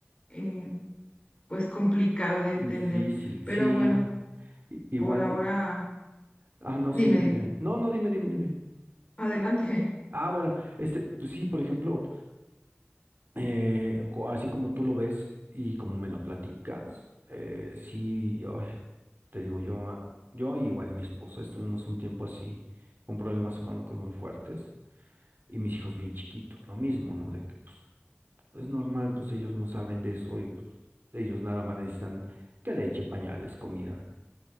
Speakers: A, on the left; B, on the right.
A: eh, pues complicado de entender.
B: Difícil,
A: Pero
B: sí.
A: bueno,
B: i- Igual,
A: por ahora,
B: ah, no,
A: dime,
B: sí, dime,
A: dime,
B: dime. No, no, dime, dime, dime.
A: adelante.
B: Ah, bueno, este, pues sí, por ejemplo, Eh, co- así como tú lo ves y como me lo platicas, eh, sí, ay, te digo, yo, ah, yo igual mi esposa estuvimos un tiempo así, con problemas económicos muy fuertes y mis hijos bien chiquitos, lo mismo, ¿no? De que pues, es normal, pues ellos no saben de eso y pues ellos nada más necesitan que leche, pañales, comida